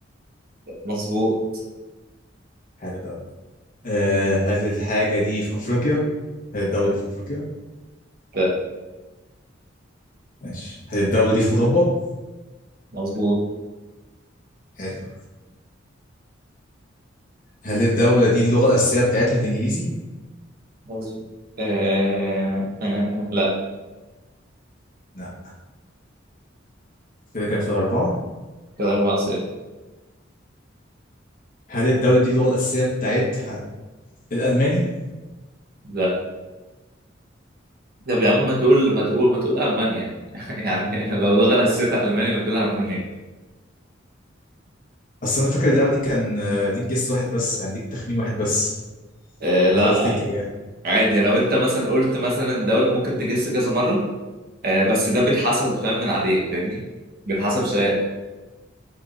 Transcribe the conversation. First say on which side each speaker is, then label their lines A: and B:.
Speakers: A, on the right; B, on the left.
A: مظبوط
B: حلو دولة إيه هل الحاجة دي في أفريقيا هل الدولة دي في أفريقيا
A: لا
B: ماشي هل الدولة دي في أوروبا
A: مظبوط
B: حلو هل الدولة دي اللغة الأساسية بتاعتها الإنجليزي
A: عظيم. آه آه آه لا
B: لا كده كام سؤال أربعة
A: كده أربعة صفر
B: هل الدولة دي اللغة الأساسية بتاعتها الألماني
A: لا طب يا عم ما تقول ما تقول ما تقول ألمانيا <laughs> يعني لو ده غير حسيتها ألمانيا ما تقول ألمانيا
B: أصل أنا فاكر اللعبة دي كان آه، ليك جس واحد بس يعني ليك تخمين واحد بس
A: آه لا
B: لما
A: لا
B: افتكر
A: عادي
B: يعني
A: عادي لو أنت مثلا قلت مثلا دولة ممكن تجس كذا مرة آه بس ده بيتحسب فاهم من عليك فاهمني بيتحسب سؤال